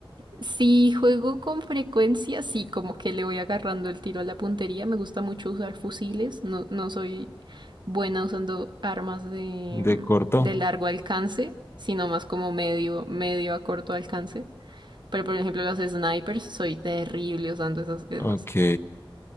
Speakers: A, on the right; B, on the left.
A: Si juego con frecuencia, sí, como que le voy agarrando el tiro a la puntería. Me gusta mucho usar fusiles. No, no soy buena usando armas de,
B: De
A: mm,
B: corto.
A: de largo alcance, sino más como medio, medio a corto alcance. Pero por ejemplo, los snipers, soy terrible usando esas, esas.
B: Ok,